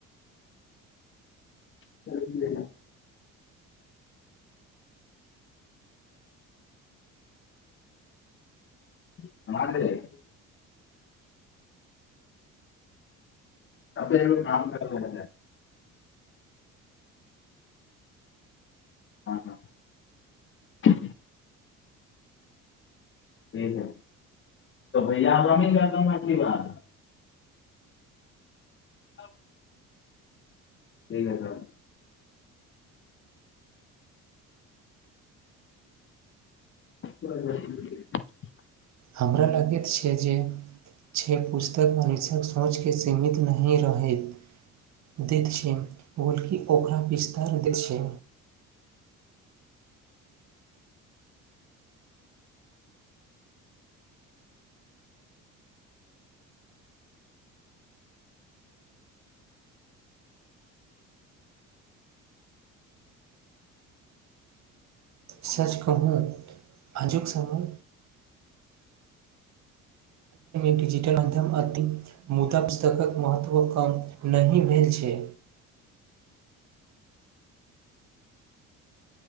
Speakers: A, on the left; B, on the right.
A: त म तर ए काम करल ह ह ठीक है तऽ पहिले आगामी करती बात <inaudible> आब की भेलह <inaudible>
B: हमरा लगैत छै जे छ पुस्तक सोचके सीमित नहि रहैत दैत छै बोलके ओकरा बिस्तार दै छै सच कहु आजुक सफल डिजिटल माध्यम अति मुदा पुस्तकक महत्व कम नहि भेल छै